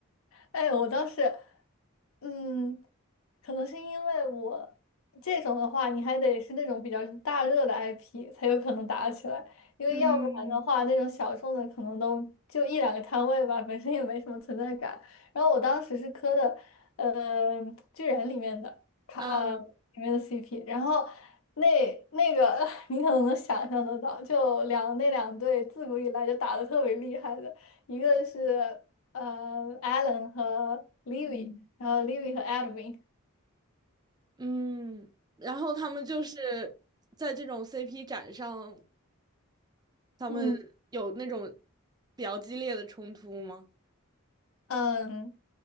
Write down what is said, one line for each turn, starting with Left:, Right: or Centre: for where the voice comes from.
Left: 哎，我倒是，嗯，可能是因为我这种的话，你还得是那种比较大热的 IP 才有可能打起来，因为要不然的话，
Right: <laughs> 嗯。
Left: 那种小众的可能都就一两个摊位吧，本身也没什么存在感。然后我当时是磕的，呃，巨人里面的卡，
Right: 嗯，
Left: 呃，里面的 CP，然后那那个 <laughs> 你可能能想象得到，就两那两队自古以来就打得特别厉害的。一个是呃，Alan 和 Livy，然后 Livy 和 Edwin，
Right: 嗯，然后他们就是在这种 CP 展上，他们有那种
Left: 嗯
Right: 比较激烈的冲突吗？
Left: 嗯，